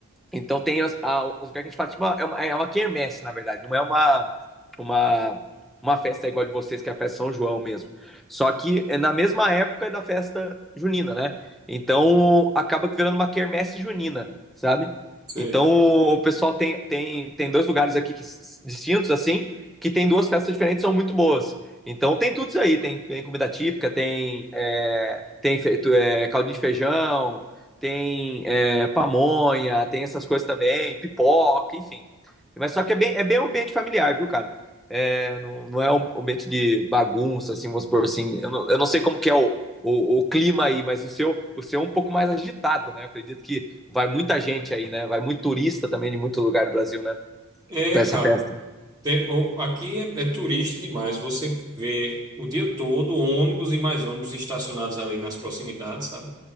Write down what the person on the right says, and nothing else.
Sei.
É,
cara,
tem- o- aqui é, é turista demais. Você vê o dia todo ônibus e mais ônibus estacionados ali nas proximidades, sabe?